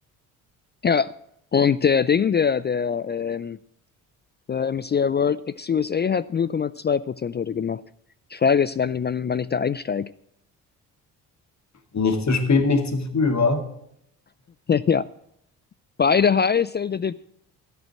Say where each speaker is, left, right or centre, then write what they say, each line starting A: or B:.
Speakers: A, on the left; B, on the left.
A: Ja. Und der Ding, der, der, ähm, Der MSCI World ex-USA hat 0,2% heute gemacht. Die Frage ist, wann, wann, wann ich da einsteige. <laughs>
B: nicht zu spät, nicht zu früh, wa?
A: Ja, beide the high, sell the dip.